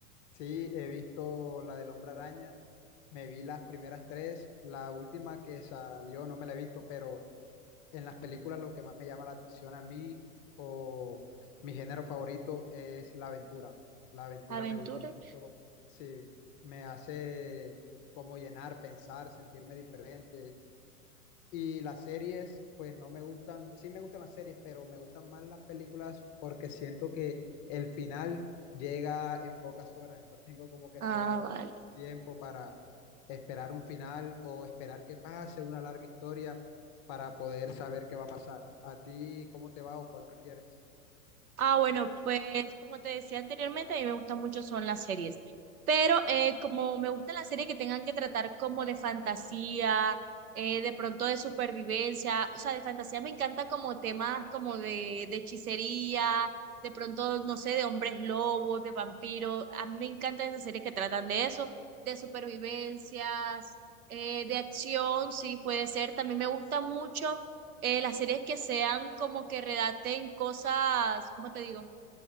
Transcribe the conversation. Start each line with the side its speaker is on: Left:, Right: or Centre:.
Left: Sí, he visto la del Hombre Araña, me vi las primeras tres, la última que salió no me la he visto, pero en las películas lo que más me llama la atención a mí o mi género favorito es la aventura. La aventura
Right: Aventura.
Left: me gusta mucho, sí, me hace como llenar, pensar, sentirme diferente. Y las series, pues no me gustan, sí me gustan las series, pero me gustan más las películas porque siento que el final llega en pocas horas, no tengo como que
Right: Ah,
Left: esperar
Right: vale.
Left: tanto tiempo para esperar un final o esperar que pase una larga historia para poder saber qué va a pasar. ¿A ti cómo te va o cuál prefieres?
Right: Ah, bueno, pues como te decía anteriormente, a mí me gustan mucho son las series, pero eh, como me gustan las series que tengan que tratar como de fantasía, eh, de pronto de supervivencia, o sea, de fantasía me encanta como temas como de, de hechicería, de pronto, no sé, de hombres lobos, de vampiros, a mí me encantan esas series que tratan de eso, de supervivencias, eh, de acción, sí, puede ser, también me gusta mucho eh, las series que sean como que redacten cosas, ¿cómo te digo?